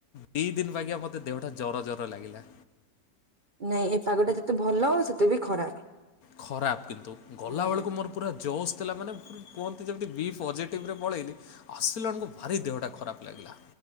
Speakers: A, on the left (about 65°); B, on the right (about 40°).
A: ଦି ଦିନ୍ ବାଗିଆ ମତେ ଦେହଟା ଜର ଜର ଲାଗିଲା।
B: ନାଇଁ ଏଇ ପାଗଟା ଯେତେ ଭଲ ସେତେ ବି ଖରାପ।
A: ଖରାପ କିନ୍ତୁ ଗଲାବେଳକୁ
B: ହୁଁ।
A: ମୋର ପୁରା ଜୋସ୍ ଥିଲା ମାନେ ପୁରା କୁହନ୍ତି ଯେମିତି ବି ପଜେଟିବରେ ପଳେଇଲି ଆସିଲା ବେଳୁକୁ ଭାରି ଦେହଟା ଖରାପ ଲାଗିଲା।